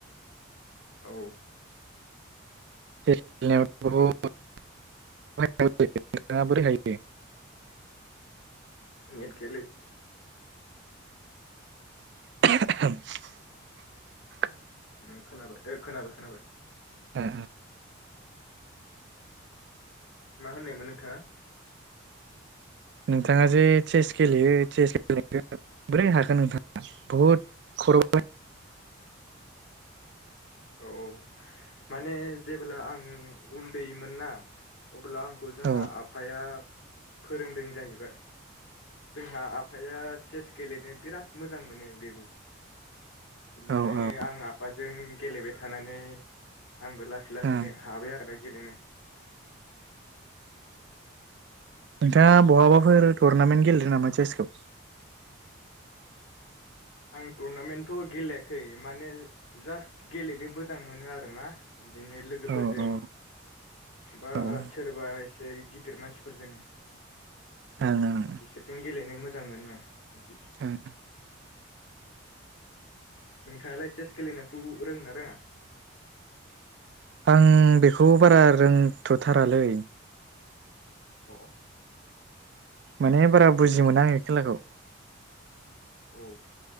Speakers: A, on the left; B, on the right.
A: औ
B: <unintelligible> <unintelligible>
A: नेट गैयालै
B: <unintelligible>
A: ओं खोनाबाय खोनाबाय खोनाबाय
B: दा
A: मा होननायमोन नोंथाङा?
B: नोंथाङा जे चेस गेलेयो चेस गेले बोरै हाखोन नोंथाङा बहुद खर'
A: औ माने जेब्ला आं उन्दैमोन ना अब्ला अब्ला आंखौ जोंहा
B: औ
A: आफाया फोरोंदों जाहैबाय जोंहा आफाया चेस गेलेनो बिराद मोजां मोनो बेबो बिनिफ्रायनो
B: औ औ
A: आं फाजों गेलेबाय थानानै आंबो लासै लासैनो
B: ओ
A: हाबाय आरोना गेलेनो ‌‌।
B: नोंथाङा बहाबाफोर टुरनामेन्ट गेलेदों नामा चेसखौ?
A: आं टुरनामेन्टथ' गेलेयाखै माने जास्ट गेलेनो मोजां मोनो आरोना । बिदिनो लोगोफोरजों
B: औ औ
A: बा
B: ओं
A: सोरबा एसे गिदिर मानसिफोरजों
B: ओं
A: बिसोरजों गेलेनो मोजां मोनो बिदि
B: ओं
A: नोंथाङालाय चेस गेलेनायखौ रोङोना रोङा?
B: आं बेखौ बारा रोंथ'थारालै
A: अ
B: माने बारा बुजि मोना आङो खेलाखौ
A: औ